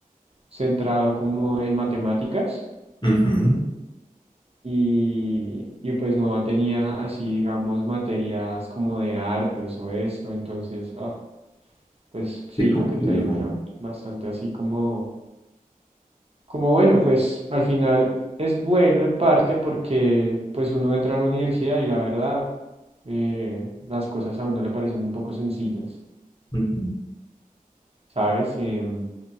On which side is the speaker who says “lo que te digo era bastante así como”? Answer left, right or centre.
Right